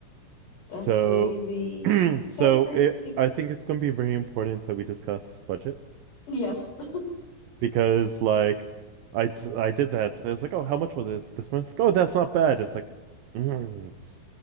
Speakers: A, on the left (about 50°); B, on the right (about 75°).
A: That's
B: So,
A: crazy.
B: <clears throat> so
A: That's crazy.
B: it I think it's gonna be very important that we discuss budget
A: Yes. <gasps>
B: because like I t- I did that. So I was like, oh, how much was this? This month like, oh, that's not bad. It's like, mm. It's,